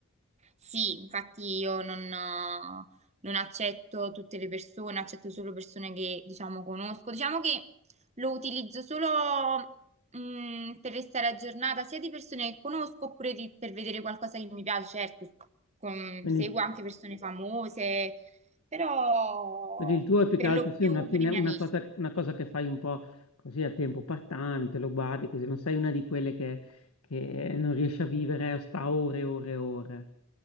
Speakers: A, on the right; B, on the left.
A: Sì, infatti io non, eh, non accetto tutte le persone, accetto solo persone che, diciamo, conosco. Diciamo che lo utilizzo solo, mh, per restare aggiornata, sia di persone che conosco oppure di- per vedere qualcosa che mi piace. Certo, con-
B: Quindi
A: seguo anche persone famose, però
B: Quindi il tuo è più
A: per
B: che altro
A: lo
B: sì,
A: più
B: una, fine-
A: per i miei
B: una
A: amici.
B: cosa, una cosa che fai un po' così a tempo part-time, te lo guardi così, non sei una di quelle che, che non riesce a vivere, o sta ore e ore e ore